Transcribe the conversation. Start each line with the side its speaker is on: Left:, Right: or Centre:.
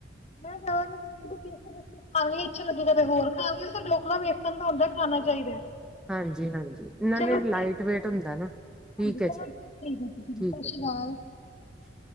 Left: ਨਾ ਜਾਵਾ ਬੱਚੇ ਖਾ ਲਈ <inaudible> ਚਲੋ ਥੋੜਾ ਫਿਰ ਹੋਰ ਖਾਯੋਗੇ ਸੱਬ ਲੋਗ ਹਾ ਵੇਸਣ ਦਾ ਹੁੰਦਾ ਖਾਣਾ ਚਾਹੀਦਾ
Centre: ਹਾਂਜੀ ਹਾਂਜੀ ਇਹੇ
Left: ਚਲੋ
Centre: ਲਾਈਟ
Left: ਠੀਕ
Centre: ਵੇਟ ਹੁੰਦਾ ਨਾ ਠੀਕ
Left: ਹਾਂਜੀ ਚਲੋ
Centre: ਹੈ ਜੀ
Left: ਠੀਕ ਹੈ ਜੀ
Centre: ਠੀਕ
Left: ਸਤਿ ਸ਼੍ਰੀ
Centre: ਹੈ ਜੀ
Left: ਅਕਾਲ